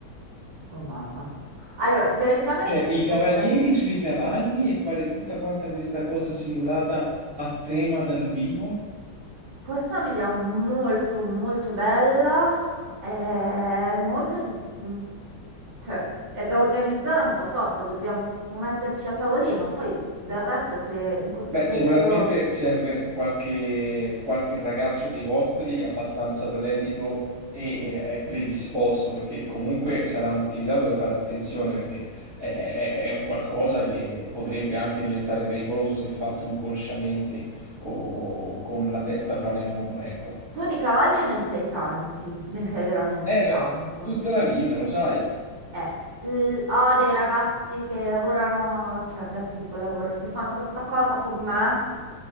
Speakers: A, on the right; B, on the right.
A: Oh mamma. Allora, teoricamente
B: cioè i
A: si
B: cavalieri
A: potrebbe...
B: sui cavalli e fare tutta quanta questa cosa simulata a tema dal vivo?
A: Questa è un'idea molto molto bella, è molto... mm, cioè, è da organizzare un po' tosta, dobbiamo metterci a tavolino, poi del resto se in questo
B: Beh,
A: periodo...
B: sicuramente serve qualche, qualche ragazzo dei vostri abbastanza atletico e, e- e predisposto, perché comunque sarà un'attività dove fare attenzione, perché è, è- è un qualcosa che potrebbe anche diventare pericoloso se fatto inconsciamente o con la testa fra le nuvole, ecco.
A: Tu di cavalli ne sei tanti, ne sei veramente
B: È
A: tanto.
B: eh, tutta la vita, lo sai.
A: Eh, l- ho dei ragazzi che lavorano, cioè adesso dico lavoro, che fanno questa cosa con me,